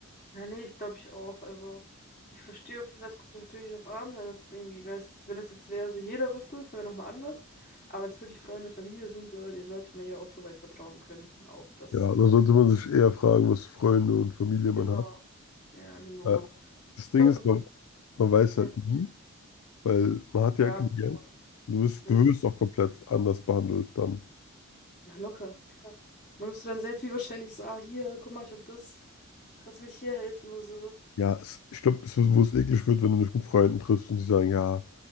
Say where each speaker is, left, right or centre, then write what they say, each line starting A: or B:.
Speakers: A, on the left; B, on the left.
A: Ja, nee, ich glaube ich auch. Also, ich verstehe auf jeden Fall, es kommt natürlich drauf an, wenn es irgendwie, wenn es jetzt, wenn es jetzt wäre, so jeder wüsste es, dann wäre nochmal anders. Aber wenn es wirklich Freunde und Familie sind, so, die sollte man ja auch so weit vertrauen können. Auch das.
B: Ja, da sollte man sich eher fragen, was für Freunde und Familie man
A: Genau.
B: hat.
A: Ja, genau.
B: Äh, das Ding
A: fünfundsechzig
B: ist, man, man weiß
A: Ja,
B: halt nie, weil man hat
A: ja.
B: ja kein Geld.
A: klar.
B: Du wirst,
A: Ja,
B: du wirst auch komplett anders behandelt dann.
A: Ja, locker, klar. Man müsste dann sehr viel wahrscheinlich so, ah, hier, guck mal, ich hab das. Kannst du mir hier helfen und so.
B: Ja, es, ich glaube, es wird, wo es eklig wird, wenn du dich mit Freunden triffst und die sagen, ja,